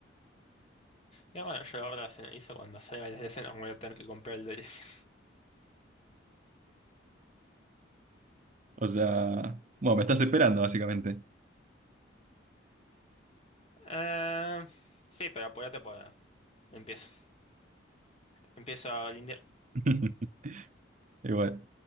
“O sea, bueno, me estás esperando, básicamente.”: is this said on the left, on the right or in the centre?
Right